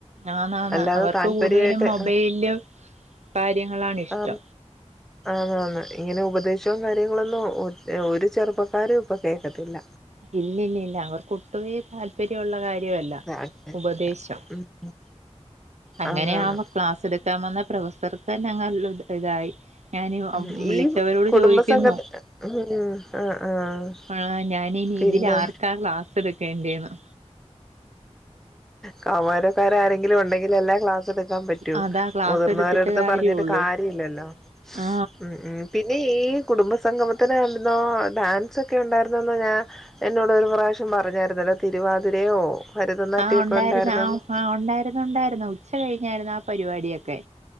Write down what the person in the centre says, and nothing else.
അല്ലാതെ
താല്പര്യായിട്ട്
ആ ആ ആഹ് ഇങ്ങനെ ഉപദേശവും കാര്യങ്ങളൊന്നും ഒരു ചെറുപ്പക്കാരും ഇപ്പൊ കേക്കത്തില്ല
താല്പര്യമില്ല
ഉം
ആന്നാന്ന്
ഉം
ഈ കുടുംബസംഘ
ഉം ആ ആഹ്
പിന്നെ
കാമാരക്കാര ആരെങ്കിലും ഉണ്ടെങ്കിലല്ലേ ക്ലാ സ ടുക്കാൻ പറ്റൂ
മുതിർന്നവരട്ത്ത്
പറഞ്ഞിട്ട് കാര്യ ഇല്ലല്ലോ
ഉം ഉം പിന്നെ ഈ കുടുംബ സംഗമത്തിന് ന്നൊ ഡാൻസ് ഒക്കെ ഉണ്ടായിരുന്നന്ന് ഞ്ഞാ എന്നോട് ഒരു പ്രാവശ്യം പറഞ്ഞായിരുന്നല്ലോ തിരുവാതിരയോ ഭരതനാട്ട്യൊക്കെ
ഉണ്ടായിരുന്നന്ന്